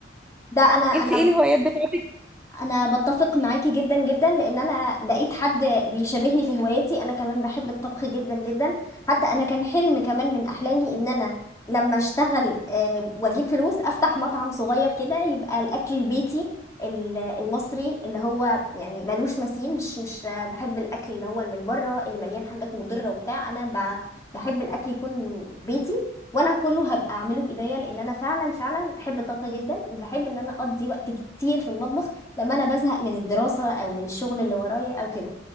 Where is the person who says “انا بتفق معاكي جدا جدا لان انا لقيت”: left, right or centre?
Left